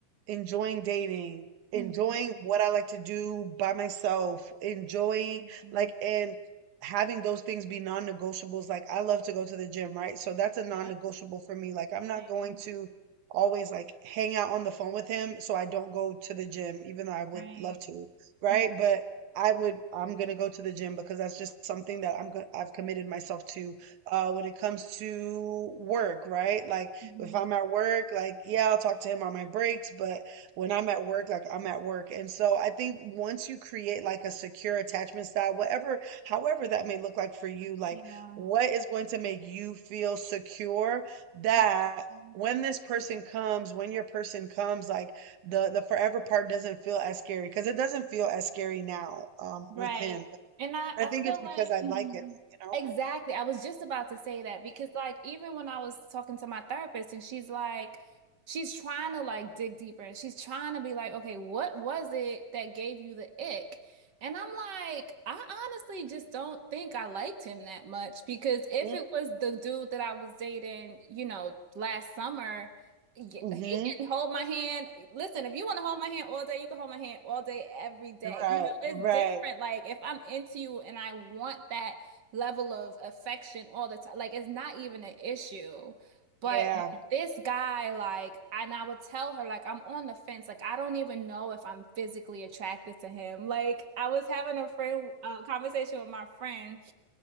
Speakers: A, on the right (about 65°); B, on the right (about 45°).
A: enjoying dating, enjoying
B: Mhm.
A: what I like to do by myself, enjoying
B: Mhm.
A: like and having those things be non-negotiables. Like I love to go to the gym, right? So that's a non-negotiable
B: Yeah,
A: for me. Like I'm not
B: same.
A: going to always like hang out on the phone with him, so I don't go to the gym, even though I would
B: Right.
A: love to, right?
B: Mhm.
A: But I would, I'm gonna go to the gym because that's just something that I'm gonna, I've committed myself to. Uh, when it comes to work, right? Like
B: Mhm.
A: if I'm at work, like yeah, I'll talk to him on my breaks, but when I'm at work, like I'm at work. And so I think once you create like a secure attachment style, whatever, however that may look like for you, like
B: Yeah.
A: what is going to make you feel secure that
B: Mhm.
A: when this person comes, when your person comes, like the the forever part doesn't feel as scary because it doesn't feel as scary now um
B: Right.
A: with him.
B: And I,
A: I
B: I
A: think
B: feel
A: it's because
B: like
A: I
B: Mhm.
A: like him, you know.
B: exactly. I was just about to say that because like even when I was talking to my therapist and she's like she's trying to like dig deeper and she's trying to be like, okay, what was it that gave you the ick? And I'm like, I honestly just don't think I liked him that much because if
A: Mhm.
B: it was the dude that I was dating, you know, last summer yeah,
A: Mhm.
B: he
A: mhm.
B: can hold my hand. Listen, if you want to hold my hand all day, you can hold my hand all day, every day.
A: Right.
B: You know,
A: Right.
B: it's different. Like if I'm into you and I want that level of affection all the time, like it's not even an issue. But
A: Yeah.
B: with this guy, like, and I would tell her, like, I'm on the fence. Like, I don't even know if I'm physically attracted to him. Like, I was having a friend uh, conversation with my friend,